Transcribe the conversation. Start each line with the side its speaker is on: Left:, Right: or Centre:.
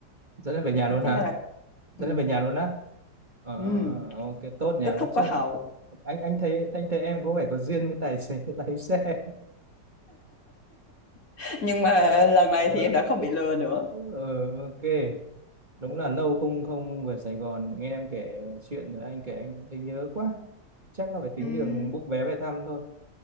Right: dẫn em về nhà luôn
Left: cái
Right: hả
Left: này là
Right: dẫn
Left: ừ,
Right: em về nhà luôn á ờ
Left: ừ,
Right: ok tốt nhỉ
Left: kết
Right: nói
Left: thúc
Right: chung
Left: có hậu
Right: anh anh thấy anh thấy em có vẻ có duyên với tài xế <laughs> lái xe
Left: <laughs> nhưng mà lần này
Right: ờ,
Left: thì em đã không bị lừa nữa
Right: ờ, ok đúng là lâu không không về Sài Gòn nghe em kể chuyện rồi anh kể anh cũng thấy nhớ quá chắc là phải tính
Left: Ừm,
Right: đường book vé về thăm thôi